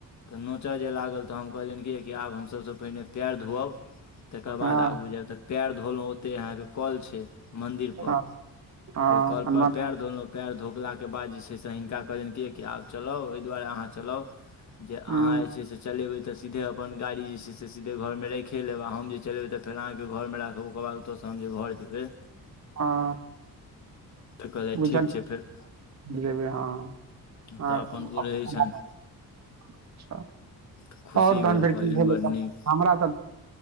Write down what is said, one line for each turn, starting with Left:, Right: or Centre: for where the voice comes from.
Left: तऽ नोचय जे लागल तऽ हम कहलियनि कि कि आब हम सभसँ पहिने पएर धोअब तकर
Right: हँ
Left: बाद आगू जायब तऽ पएर धोलहुं ओतै अहाँके क'ल छै मंदिर पर पर
Right: हँ हँ
Left: ओहि कोल
Right: हनुमान
Left: पर पएर धोलहुं पएर धोपलाके बाद जे छै से हिनका कहलनि कि कि आब चलाउ एहि दुआरे अहाँ चलाउ जे अहाँ
Right: हँ
Left: जे छै से चलेबे तऽ सीधे अपन गाड़ी जे छै से सीधे घरमे राखि लेब आ हम जे चलेबै तऽ फेर अहाँके घर राब ओकर बाद ओतऽसँ तहन जे घर जेबै
Right: हँ
Left: तऽ कहलथि
Right: झ
Left: ठीक छै फेर
Right: जेबै हँ <unintelligible> अच्छा
Left: तऽ अपन ओ रहै छनि तऽ खुशी
Right: आओर तहन
Left: भेल
Right: फेर
Left: कहलियनि
Right: की भेलै
Left: बड नीक
Right: हमरा तऽ